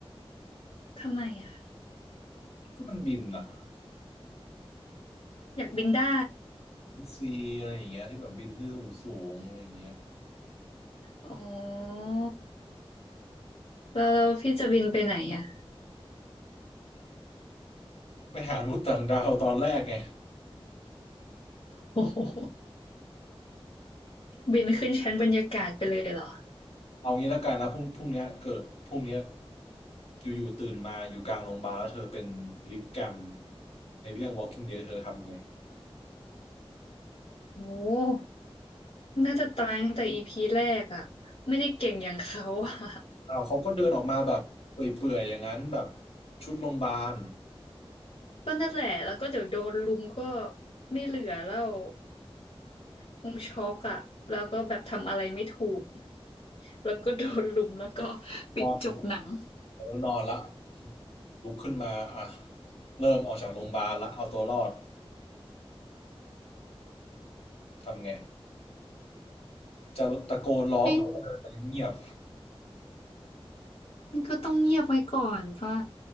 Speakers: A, on the left (about 65°); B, on the left (about 80°).
A: ทำไมอะ
B: ก็มันบินอะ
A: อยากบินได้
B: ซีอะไรอย่างเงี้ยที่แบบบินขึ้นสูงๆอะไรอย่างเงี้ย
A: อ๋อแล้วพี่จะบินไปไหนอะ
B: ไปหามนุษย์ต่างดาวตอนแรกไง
A: โอ้โห <laughs> บินขึ้นชั้นบรรยากาศไปเลยเหรอ
B: เอางี้ละกันแล้วพรุ่งพรุ่งเนี้ยเกิดพรุ่งเนี้ยอยู่ๆตื่นมาอยู่กลางโรงพยาบาลแล้วเธอเป็นลิกแกรมในเรื่อง Walking Dead เธอทำยังไง
A: โอ้น่าจะตายตั้งแต่อีพีแรกอะไม่ได้เก่งอย่างเขาอะ <laughs>
B: อ้าวเขาก็เดินออกมาแบบเปื่อยๆอย่างนั้นแบบชุดโรงพยาบาล
A: ก็นั่นแหละแล้วก็เดี๋ยวโดนลุมก็ไม่เหลือแล้วคงช็อกอะแล้วก็แบบทำอะไรไม่ถูกแล้วก็โดนลุมแล้วก็ปิดจบหนัง
B: นอนอยู่แล้วนอนละลุกขึ้นมาอ่ะเริ่มออกจากโรงพยาบาลละเอาตัวรอดทำไงจะตะโกนร้องหรือจะเดินไปเงียบ
A: ไม่ มันก็ต้องเงียบไว้ก่อนป่ะ